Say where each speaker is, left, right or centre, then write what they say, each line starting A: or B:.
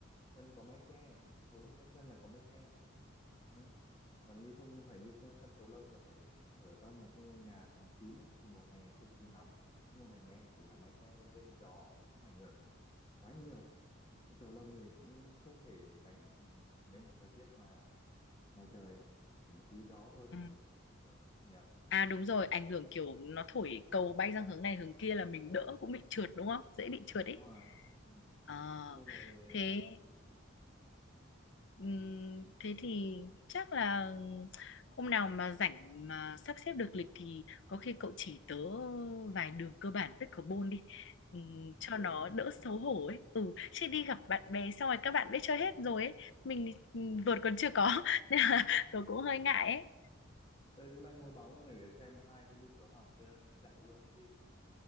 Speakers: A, on the left (about 25°); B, on the left (about 60°).
A: sân có mái che hầu hết các sân là có mái che đấy còn như không phải như cái sân cầu lông là phải ở trong một cái ngôi nhà phòng kín ấy, thì mùa hè cực kỳ nóng mùa này mẹ chỉ là mái che bên trên gió cũng không ảnh hưởng quá nhiều nhưng cầu lông thì cũng không thể đánh được ừ, nếu mà thời tiết mà ngoài trời ấy chỉ một tí gió thôi
B: ừ.
A: là cũng sẽ ảnh hưởng rất là nhiều
B: à đúng rồi ảnh hưởng kiểu nó thổi cầu bay sang hướng này hướng kia là mình đỡ cũng bị trượt đúng không dễ bị trượt
A: đúng
B: ấy
A: rồi ừ.
B: Ờ,
A: Môn này thì, ờ,
B: thế
A: thì không bị
B: Ừm, thế thì chắc là hôm nào mà rảnh mà sắp xếp được lịch thì có khi cậu chỉ tớ vài đường cơ bản pickleball đi Ừm, cho
A: dễ
B: nó
A: mà
B: đỡ xấu hổ ấy ừ chứ đi gặp bạn bè xong rồi các bạn biết chơi hết rồi ấy mình thì, ừm, vợt còn chưa có <laughs> nên là tớ cũng hơi ngại ấy
A: tớ cũng đang mua bóng này để xem có ai có nhu cầu học tớ dạy luôn đấy chứ